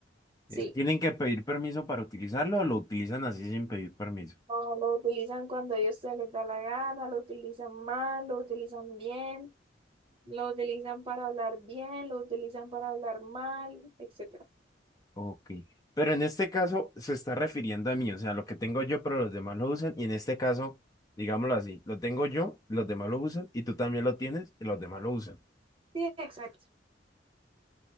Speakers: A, on the left; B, on the right.
A: Eh,
B: Sí.
A: ¿Tienen que pedir permiso para utilizarlo o lo utilizan así sin pedir permiso?
B: No, lo utilizan cuando a ellos se les da la gana, lo utilizan mal, lo utilizan bien, lo utilizan para hablar bien, lo utilizan para hablar mal, etcétera.
A: Ok. Pero en este caso se está refiriendo a mí, o sea, lo que tengo yo, pero los demás lo usan. Y en este caso, digámoslo así, lo tengo yo, los demás lo usan, y tú también lo tienes, y los demás lo usan.
B: Sí, exacto.